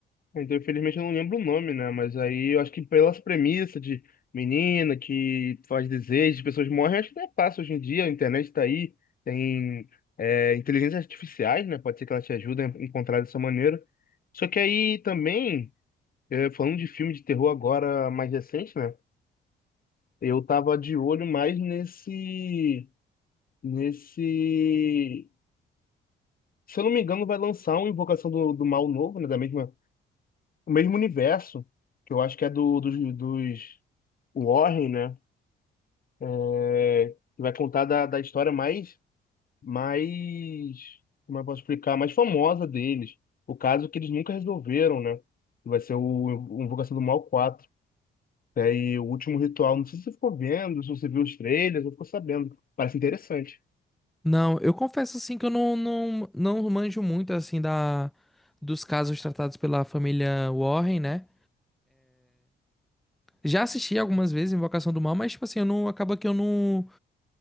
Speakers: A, on the left; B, in the centre.
A: Então, infelizmente, eu não lembro o nome, né? Mas aí eu acho que pelas premissas de menina que faz desejo, pessoas morrem, acho que não é fácil hoje em dia, a internet tá aí, tem é, inteligências artificiais, né? Pode ser que ela te ajude a encontrar dessa maneira. Só que aí também, é, falando de filme de terror agora mais recente, né? Eu tava de olho mais nesse, nesse... Se eu não me engano, vai lançar uma Invocação do, do Mal novo, né? Da mesma, o mesmo universo, que eu acho que é do, dos, dos Warren, né? É, que vai contar da, da história mais, mais, como eu posso explicar, mais famosa deles. O caso que eles nunca resolveram, né? Que Vai ser o Invocação do Mal quatro É, e o último ritual, não sei se você ficou vendo, se você viu os trailers, ou ficou sabendo. Parece interessante.
B: Não, eu confesso assim que eu não, não, não manjo muito assim da dos casos tratados pela família Warren, né? Já assisti algumas vezes Invocação do Mal, mas tipo assim, eu não acaba que eu não